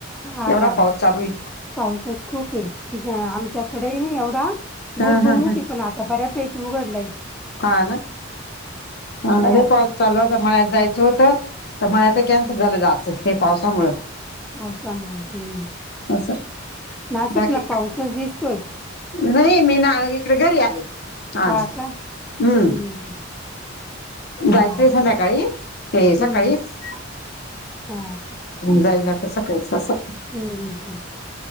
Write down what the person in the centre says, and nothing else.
हा
ना
पाऊसच खूप आहे. आमच्याकडे नाही एवढा भुरभुर
होती
पण आता बऱ्यापैकी उघडलाय
आता
हम्म,
पावसामुळे हम्म
नाशिकला
पाऊसच दिसतोय
हा का
हं, हं, हं.
असं
आहे.
हं, हं.
ह्